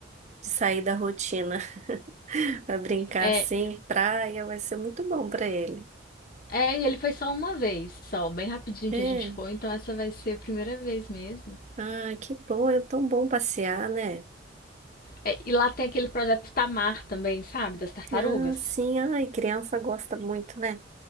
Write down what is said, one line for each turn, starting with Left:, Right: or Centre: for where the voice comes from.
Right: de sair da rotina. <laughs> Vai brincar
Left: É,
Right: assim, praia, vai ser muito bom para ele.
Left: É, e ele foi só uma vez, só, bem rapidinho
Right: É.
Left: que a gente foi, então essa vai ser a primeira vez mesmo.
Right: Ah, que bom. É tão bom passear, né?
Left: É, e lá tem aquele projeto Tamar também, sabe? Das tartarugas.
Right: Ah, sim, ai, criança gosta muito, né?